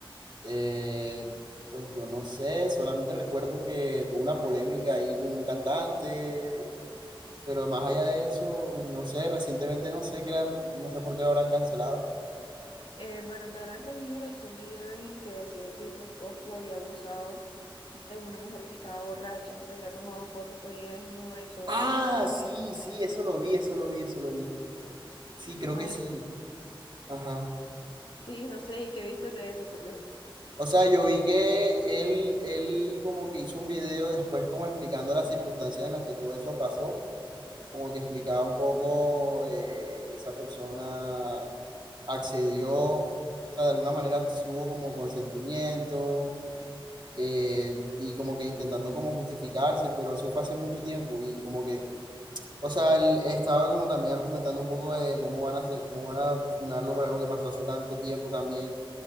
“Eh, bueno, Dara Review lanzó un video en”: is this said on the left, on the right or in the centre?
Left